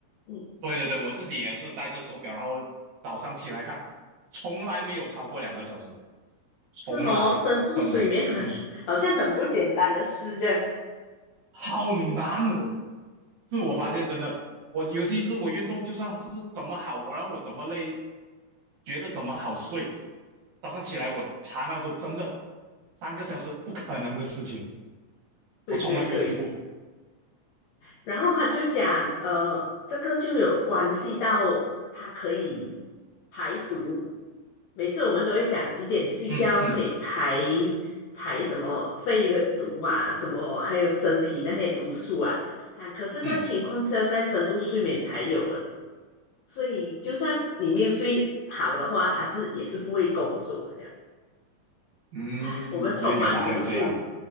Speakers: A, on the left; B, on the right.
A: 嗯，
B: 对对对，我自己也是戴着手表，然后早上起来看，从来没有超过两个小时，
A: 是哦，
B: 从来真的，
A: 深度睡眠很好像很不简单的事这样。
B: 嗯，好难哦。自我发现真的，
A: 嗯，
B: 我尤其是我运动，就算是怎么好，我让我怎么累，觉得怎么好睡，早上起来我查那时候真的三个小时不可能的事情，
A: 对对对。
B: 我从来没试过。
A: 然后他就讲，呃，这个就有关系到它可以排毒。每次我们都会讲几点睡觉可以排
B: 嗯嗯
A: 排什么肺的毒啊，什么还有身体那些毒素啊，啊，可是这个情况是要在深度睡眠才有的，
B: 嗯
A: 所以就算你没有睡好的话，它是也是不会工作的这样
B: 嗯，
A: 啊。我们充满毒素，
B: 因为原来还有这样